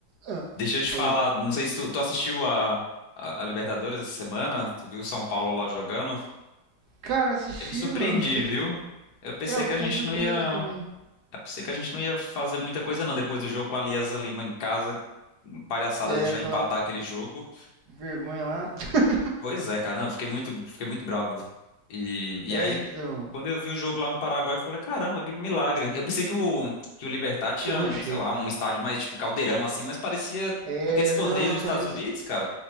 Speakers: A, on the right; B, on the left.
A: Ah,
B: Deixa eu
A: falei.
B: te falar. Não sei se tu, tu assistiu a, a, a Libertadores essa semana. Tu viu o São Paulo lá jogando?
A: Cara, assisti,
B: Eu me surpreendi,
A: mano, eu fiquei...
B: viu?
A: fe-
B: Eu pensei
A: É, eu
B: que
A: fiquei
B: a gente
A: surpreso
B: não ia.
A: também.
B: É por isso que a gente não ia fazer muita coisa, não. Depois do jogo com a Alianza Lima em casa, palhaçada
A: Daí
B: deixar
A: aquela
B: empatar aquele jogo.
A: vergonha lá... <laughs>
B: Pois é, cara, não, eu fiquei muito, fiquei muito bravo. E,
A: É,
B: e aí,
A: então...
B: quando eu vi o jogo lá no Paraguai, eu falei, caramba, que milagre. Eu pensei que o, que o Libertad tinha,
A: Eu achei.
B: sei lá, um estádio mais tipo caldeirão assim, mas parecia
A: É,
B: aqueles torneios
A: não, mas
B: dos Estados
A: parece...
B: Unidos, cara.